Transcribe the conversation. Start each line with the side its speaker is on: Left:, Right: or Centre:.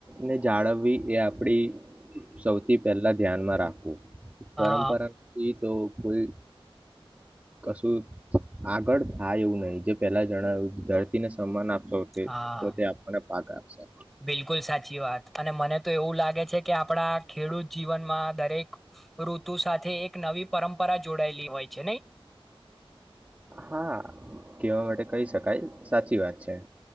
Right: ને જાળવવી એ આપડી સૌથી પહેલા ધ્યાનમાં રાખવું. પરંપરા
Centre: હા
Right: રી તો કોઈ કશું આગળ થાય એવું નહી જે પહેલા જણાવ્યું ધરતીને સન્માન આપે તે
Centre: હા
Right: તો તે આપણને પાક આપશે.
Centre: બિલકુલ સાચી વાત અને મને તો એવું લાગે છે કે આપણા ખેડૂત જીવનમાં દરેક ઋતુ સાથે એક એક નવી પરંપરા જોડાયેલી હોય છે નહી
Right: હા કેવા માટે કહી શકાય સાચી વાત છે